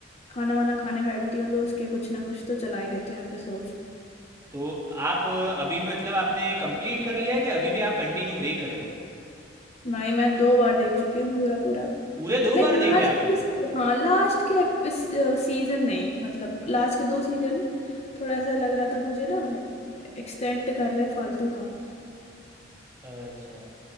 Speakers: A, on the left; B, on the right.
A: खाना वाना खाने बैठती हूँ तो उसके कुछ ना कुछ तो चला ही लेती हूँ एपिसोड्स
B: तो आप अ, अभी मतलब आपने कंप्लीट कर लिया है कि अभी भी आप कंटिन्यू देख रहे हो
A: नहीं मैं दो बार देख चुकी हूँ पूरा पूरा
B: पूरे दो
A: लाइक
B: बार
A: लास्ट
B: देखे आपने
A: के हाँ लास्ट के इस सीजन नहीं मतलब लास्ट के दो सीजन थोड़ा ऐसा लग रहा था मुझे ना एक्सटेंड कर रहे फालतू का
B: अच्छा